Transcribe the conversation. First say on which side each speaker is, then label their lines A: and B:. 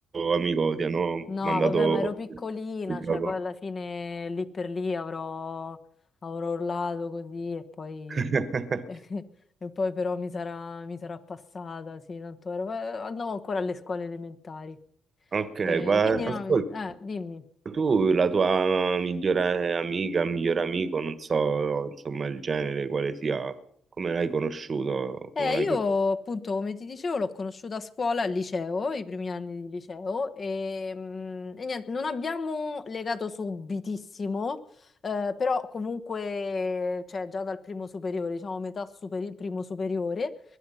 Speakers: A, on the right; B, on the left.
A: amico ti hanno
B: No,
A: mandato
B: vabbè, ma ero piccolina,
A: il gioco.
B: cioè poi alla fine lì per lì avrò, avrò urlato così e poi,
A: <laughs>
B: <laughs> e poi però mi sarà, mi sarà passata, sì, tanto ero- eh, andavo ancora alle scuole elementari.
A: Ok,
B: E
A: ma
B: quindi
A: ascolta,
B: no, mi- eh, dimmi.
A: tu la tua migliore amica, migliore amico, non so, insomma, il genere, quale sia, come l'hai conosciuto? Come
B: Eh,
A: l'hai
B: io appunto, come ti dicevo, l'ho conosciuta a scuola, al liceo, i primi anni di liceo, e, mm, e niente, non abbiamo legato subitissimo, eh, però comunque, cioè, già dal primo superiore, diciamo metà superi- primo superiore,